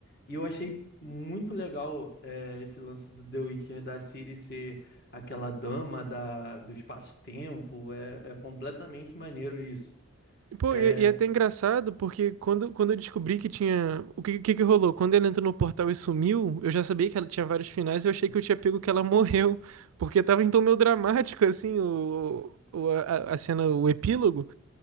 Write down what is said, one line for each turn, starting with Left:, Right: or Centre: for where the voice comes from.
Left: E eu achei muito legal é, esse lance do The Witcher da Ciri ser aquela dama da, do espaço-tempo. É, é completamente maneiro isso.
Right: Pô,
Left: É,
Right: e, e é até engraçado, porque quando, quando eu descobri que tinha. O que, que que rolou? Quando ela entrou no portal e sumiu, eu já sabia que ela tinha vários finais e eu achei que eu tinha pego que ela morreu. Porque tava então meio dramático, assim, o, o, a, a cena, o epílogo.